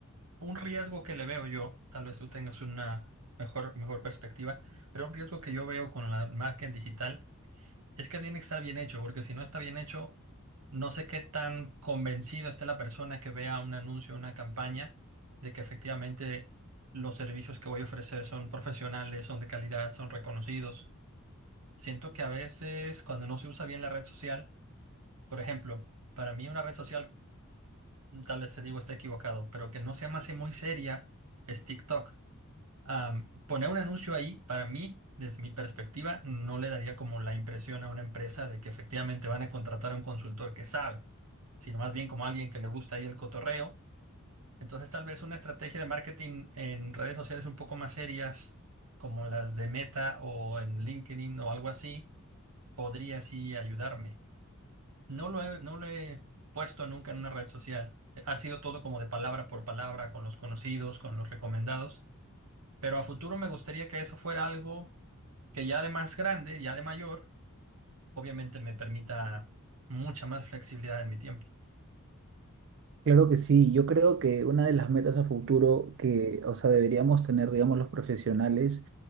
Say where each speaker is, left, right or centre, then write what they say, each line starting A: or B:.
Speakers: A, on the right; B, on the right.
A: un riesgo que le veo yo, tal vez tú tengas una mejor, mejor perspectiva, pero un riesgo que yo veo con la marca en digital es que tiene que estar bien hecho, porque si no está bien hecho, no sé qué tan convencido esté la persona que vea un anuncio, una campaña, de que efectivamente los servicios que voy a ofrecer son profesionales, son de calidad, son reconocidos. Siento que a veces cuando no se usa bien la red social, por ejemplo, para mí una red social, mm, tal vez te digo está equivocado, pero que no se me hace muy seria, es TikTok. Am, poner un anuncio ahí, para mí, desde mi perspectiva, no le daría como la impresión a una empresa de que efectivamente van a contratar a un consultor que sabe, sino más bien como alguien que le gusta ahí el cotorreo. Entonces, tal vez una estrategia de marketing en redes sociales un poco más serias, como las de Meta o en LinkedIn o algo así, podría sí ayudarme. No lo he, no lo he puesto nunca en una red social. Ha sido todo como de palabra por palabra, con los conocidos, con los recomendados. Pero a futuro me gustaría que eso fuera algo que ya de más grande, ya de mayor, obviamente me permita mucha más flexibilidad en mi tiempo.
B: Claro que sí, yo creo que una de las metas a futuro que, o sea, deberíamos tener, digamos, los profesionales